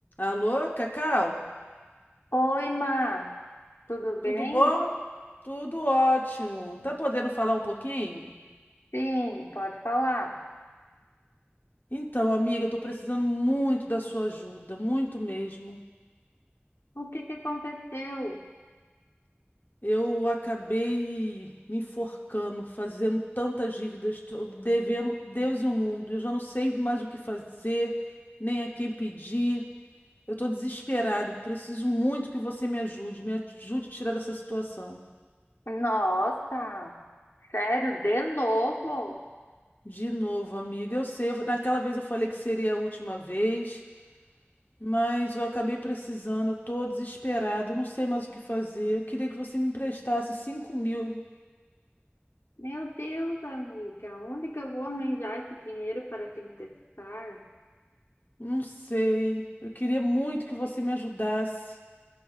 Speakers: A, on the left; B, on the left.
A: Alô, Cacau?
B: Oi, Má, tudo bem?
A: Tudo bom? Tudo ótimo. Tá podendo falar um pouquinho?
B: Sim, pode falar.
A: Então, amiga, eu tô precisando muito da sua ajuda, muito mesmo.
B: O que que aconteceu?
A: Eu acabei me enforcando, fazendo tantas dívidas, tô devendo Deus e o mundo. Eu já não sei mais o que fazer, nem a quem pedir. Eu tô desesperado, preciso muito que você me ajude, me ajude a tirar dessa situação.
B: Nossa, sério, de novo?
A: De novo, amiga. Eu sei, eu- naquela vez eu falei que seria a última vez. Mas eu acabei precisando, eu tô desesperado, não sei mais o que fazer. Eu queria que você me emprestasse cinco mil.
B: Meu Deus, amiga, onde que eu vou arranjar esse dinheiro para te emprestar?
A: Não sei. Eu queria muito que você me ajudasse.